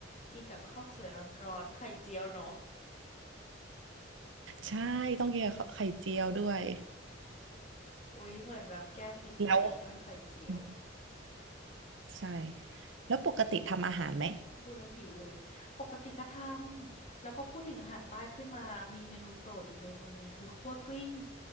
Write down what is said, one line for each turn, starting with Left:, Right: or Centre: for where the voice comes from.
Left: กินกับข้าวสวยร้อนๆไข่เจียวเนาะ
Right: ใช่ ต้องกินกับข้าวไข่เจียวด้วย
Left: อ๋ออุ้ยเหมือนแบบแก้เผ็ดหน่อยด้วยไข่เจียว
Right: แล้วอืมใช่ แล้วปกติทำอาหารไหม
Left: อุ๊ยพูดแล้วหิวเลยปกติก็ทำแล้วก็พูดถึงอาหารใต้ขึ้นมามีเมนูโปรดอยู่เมนูหนึ่งคือคั่วกลิ้ง